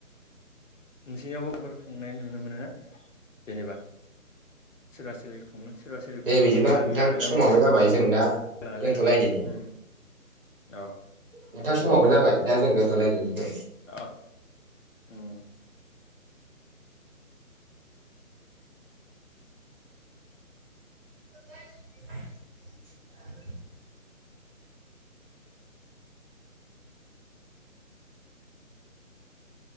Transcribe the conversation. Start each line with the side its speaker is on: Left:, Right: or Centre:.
Left: नोंसोरनियावबो बिबार खुंनाय नुनो मोनो ना जेनेबा सोरबा सोर खुंङो सोरबा सोर
Right: दे
Left: खुंङा
Right: बिदिब्ला
Left: गामि
Right: नोंथां
Left: लाना
Right: समाबो
Left: गामि जायगा
Right: जाबाय जों दा
Left: लाना
Right: दोनथ'लाायदिनि
Left: जायगा उम अ
Right: नोंथां समावबो जाबाय दा जों गोथ'लायदिनो
Left: अ उम
Right: खब